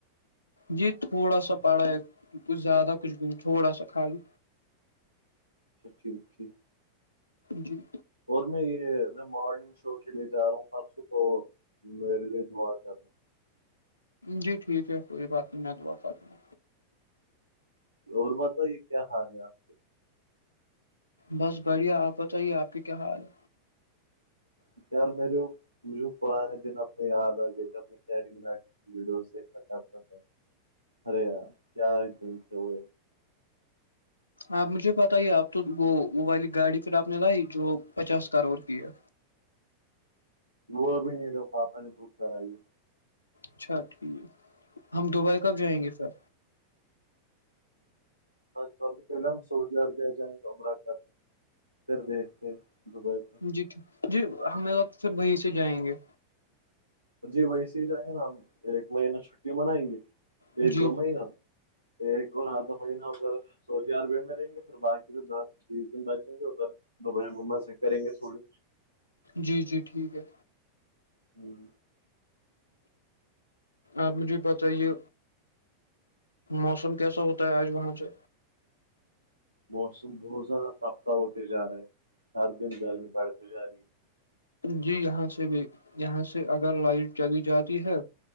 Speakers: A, on the left (about 80°); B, on the right (about 80°).
A: جی تھوڑا سا پڑا ہے کچھ زیادہ کچھ بھی نہیں تھوڑا سا خالی
B: اچھا ٹھیک ٹھیک
A: جی
B: اور میں یہ میں مارننگ شو کے لیے جا رہا ہوں پرسوں تو میرے لیے دعا کرنا
A: جی ٹھیک ہے کوئی بات نہیں میں دعا کر دوں گا
B: اور بتائیے کیا حال ہے آپ کے
A: بس بڑھیا آپ بتائیے آپ کی کیا حال ہے
B: نیار میرے مجھے پرانے دن اپنے یاد آ گئے تھے اپنی جب میں کیری مناٹی ویڈیوز دیکھا کرتا تھا ارے یار کیا ہے دن تھے وہ
A: آپ مجھے بتائیے آپ تو وہ والی گاڑی پھر آپ نے لائی جو پچاس کروڑ کی ہے
B: وہ بھی نہیں لی پاپا نے بک کرائی ہے
A: اچھا ٹھیک ہم دبئی کب جائیں گے پھر
B: سب سے پہلے ہم سعودی عربیہ جائیں گے عمرہ کرنے ادھر دیکھ کے دبئی کا
A: جی ٹھیک جی ہمیں لوگ پھر وہیں سے جائیں گے
B: جی ویسے ہی جائیں گے نا ہم ایک مہینہ چھٹی منائیں گے
A: جی
B: ایک دو مہینہ ایک اور آدھا مہینہ ادھر سعودی عربیہ میں رہیں گے پھر باقی دس بیس دن بچیں گے ادھر دوبائی مما سے کریں گے تھوڑی
A: جی جی ٹھیک ہے
B: ہوں
A: آپ مجھے بتائیے موسم کیسا ہوتا ہے آج وہاں سے
B: موسم بہت زیادہ تپتا ہوتے جا رہا ہے ہر دن گرمی بڑھتی جا رہی ہے
A: جی یہاں سے بھی یہاں سے اگر لائٹ چلی جاتی ہے